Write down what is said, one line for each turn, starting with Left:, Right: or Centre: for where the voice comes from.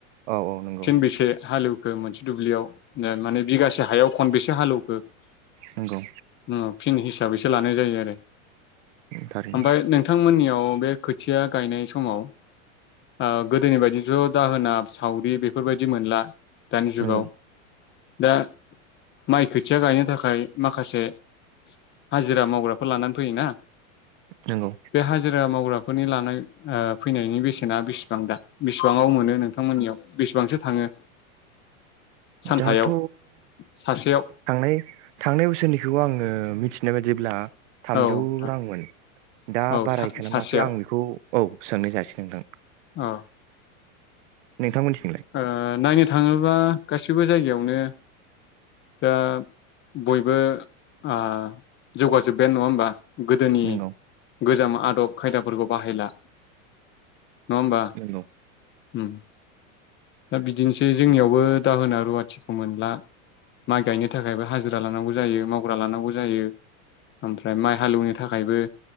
Right: औ औ नंगौ
Left: थिन बेसे हालेव खो मोनसे दुब्लियाव माने बिगासे हायाव खनबेसे हालेवखो? ओम
Right: नंगौ
Left: फिन सि हिसाबैसो लानाय जायो आरो
Right: थारैनो
Left: आमफाय नोंथांमोननियाव बे खोथिया गायनाय समाव ओ गोदोनि बायदिथ' दाहोना सावरि बेफोरबायदि मोनला दानि जुगाव
Right: नंगौ
Left: दा माइ खोथिया गायनो थाखाय माखासे हाजिरा मावग्राफोर लानानै फैयोना
Right: नंगौ
Left: बे हाजिरा <unintelligible> राफोरनि लानाय ओ फैनायनि बेसेना बेसेबां दा बेसेबांआव मोनो नोंथांमोननियाव बेसेबांसो थाङो? सानफायाव
Right: दाथ
Left: सासेयाव
Right: थांनाय थांनाय बोसोरनि बेखौ आङो मिथिनाय बायदिब्ला थामजौ
Left: औ नोंथां
Right: रांमोन दा
Left: औ
Right: बारायखो ना
Left: सासेयाव
Right: माखो आं बेखौ औ सोंनाय जायासै नोंथां।
Left: औ
Right: नोंथांमोनथि
Left: ओ नायनो थाङोबा गासिबो जायगायावनो दा बयबो ओ जौगाजोब्बायानो नङा होनबा? गोदोनि
Right: नंगौ
Left: गोजाम आदब खायदाफोरखौ बाहायला। नङा होमबा?
Right: नंगौ
Left: उम दा बिदिनोसै जोंनियावबो दाहोना रुवाथिखौ मोनला माइ गायनो थाखायबो हाजिरा लानांगौ जायो मावग्रा लानांगौ जायो ओमफ्राय माइ हालेवनो थाखायबो